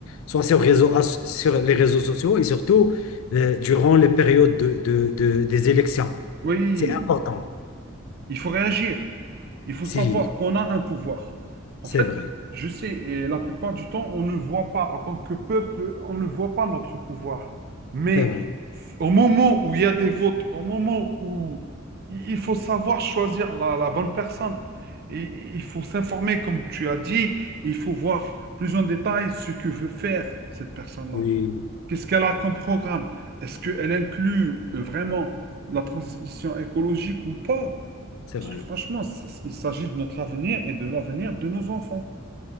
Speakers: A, on the left; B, on the right.
A: soit sur, réseau- as- sur les réseaux sociaux et surtout euh, durant les périodes de, de- de- des élections.
B: Oui,
A: C'est important.
B: il faut réagir. Il faut savoir
A: Si,
B: qu'on a un pouvoir. En
A: c'est
B: fait,
A: vrai.
B: je sais, et la plupart du temps, on ne voit pas, en tant que peuple, on ne voit pas notre pouvoir. Mais
A: C'est vrai.
B: au moment où il y a des votes, au moment où il il faut savoir choisir la, la bonne personne, Et il faut s'informer, comme tu as dit, il faut voir plus en détail ce que veut faire cette personne-là.
A: Oui,
B: Qu'est-ce qu'elle a comme programme? Est-ce qu'elle inclut euh, vraiment la transition écologique ou pas?
A: c'est
B: Parce
A: vrai.
B: que franchement, ça- il s'agit de notre avenir et de l'avenir de nos enfants.